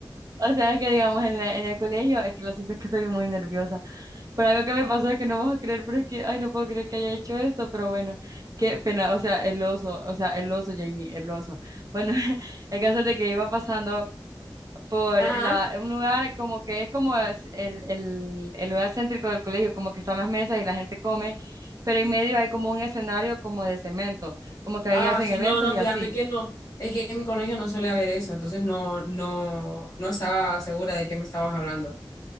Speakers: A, on the right; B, on the left.
A: o sea, es que digamos en, la- en el colegio, es que lo siento es que soy muy nerviosa. Pero algo que me pasó es que no vas a creer, pero es que, ay, no puedo creer que haya hecho esto, pero bueno, qué pena, o sea, el oso, o sea, el oso, Jamie, el oso. Bueno, <laughs> el caso es de que iba pasando por
B: Ajá.
A: la, un lugar como que es como es el, el, el lugar céntrico del colegio, como que están las mesas y la gente come, pero en medio hay como un escenario como de cemento, como que
B: Ah,
A: ahí hacen
B: sí,
A: eventos
B: no, no,
A: y
B: fíjate
A: así.
B: que no. Es que en mi colegio no suele haber eso, entonces no, no, no estaba segura de qué me estabas hablando. O